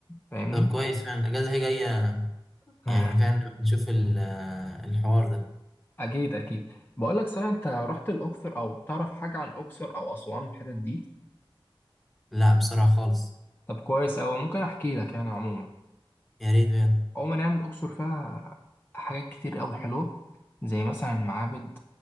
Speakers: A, on the left (about 20°); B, in the centre.
A: فاهمني؟
B: طب كويس فعلا الاجازه هي جايه
A: <laughs>
B: يعني فعلا نشوف ال- آه، الحوار ده
A: أكيد أكيد بقول لك صحيح أنت رحت الأقصر أو تعرف حاجة عن الأقصر أو أسوان الحتت دي؟
B: لا بصراحه خالص
A: طب كويس أوي ممكن أحكي لك يعني عموما
B: يا ريت بجد
A: عموما يعني الأقصر فيها حاجات كتير أوي حلوة زي مثلا المعابد